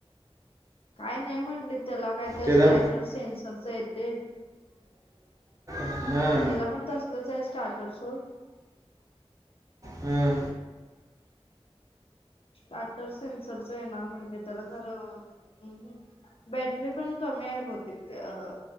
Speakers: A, on the left; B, on the right.
A: काय नाही म्हंटले. त्याला काय- ते
B: त्याचा
A: स्टॅटर सेनसरच येतयं.
B: हां
A: म ह्याला पण तस- आहे स्टार्टर <unintelligible>
B: हां.
A: स्टार्टर सेनसरच येणार म्हणले. त्याला खरं, अं. हं. बॅटरी पण कमी आहे बहुतेक ते अ ह.